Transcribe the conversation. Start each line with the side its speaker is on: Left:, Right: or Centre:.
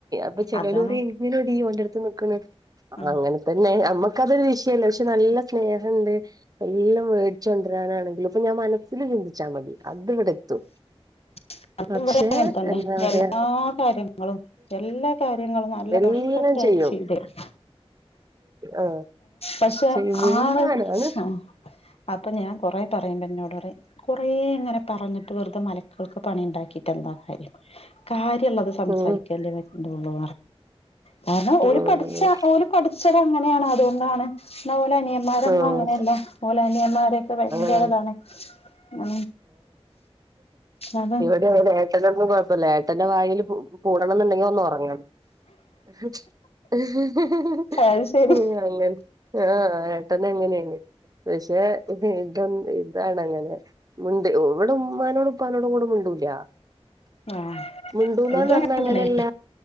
Right: അപ്പൊ ചെലോലു
Left: അതാണ്
Right: പറയിംഎങ്ങനെടി ഓന്റെടുത്ത് നിക്ക്ണ്
Left: ആഹ്
Right: അങ്ങനെ തന്നെ നമ്മക്കതൊരു വിഷയല്ല ൻക്ക്നല്ല സ്നേഹണ്ട് എല്ലാം മേടിച്ചൊണ്ടരാനാണെങ്കിലും ഇപ്പൊ ഞാൻ മനസ്സിൽ ചിന്തിച്ചാ മതി അത് ഇവിടെ എത്തും
Left: അ
Right: പക്ഷെ
Left: ഇവിടെ അങ്ങനെ തന്നെ
Right: എന്താ പറയാ
Left: എല്ലാ കാര്യങ്ങളും എല്ലാ കാര്യങ്ങളും നല്ല
Right: എല്ലാം
Left: പെർഫെക്റ്റ് ആയിട്ട്
Right: ചെയ്യും
Left: ചെയ്തരും
Right: ആഹ്
Left: പക്ഷെ
Right: ഈ മിണ്ടാനാണ്
Left: ആ ഒരു സം അപ്പൊ ഞാൻ കൊറെ പറയണ്ട ഇന്നോട് കുറെ ഇങ്ങനെ പറഞ്ഞിട്ട് വെറുതെ മലക്കൾക്ക് പണി ഉണ്ടാക്ക കിട്ട എന്താ കാര്യം കാര്യള്ളത് സംസാരിക്കല്ലേ
Right: ഉം
Left: വെണ്ടള്ളൂ കാരണം ഓര്
Right: ഉം
Left: പഠിച്ച ഓൽപഠിച്ചത് അങ്ങനെയാണ് അതുകൊണ്ടാണ് എന്ന ഓലെ അനിയന്മാരും
Right: ഉം
Left: അങ്ങനെയല്ല ഓലാനിയന്മാരൊക്കെ ഭയങ്കരരതാണ്
Right: ഉം
Left: ഉ അത
Right: ഇൻക്ക് ഇവടെ ഏട്ടനൊന്നും കുഴപ്പമില്ല ഏന്റെ വായിൽ പൂടണം എന്നുണ്ടെങ്കിൽ ഒന്ന് ഉറങ്ങണം <inaudible> <inaudible> <unintelligible>
Left: അത് ശരി
Right: ആ ഏട്ടനങ്ങനെയാ പക്ഷെ <unintelligible> ഇതാണ് അങ്ങനെ ഉണ്ട് ഇവ്വ്ടെ ഉമ്മാനോടുഉപ്പാനോടും കൂടെ മുണ്ടൂല
Left: ആഹ്
Right: മുണ്ടൂലാന്ന്
Left: ഇത്
Right: പറഞ്ഞാ
Left: അങ്ങനെ
Right: അങ്ങനെയല്ല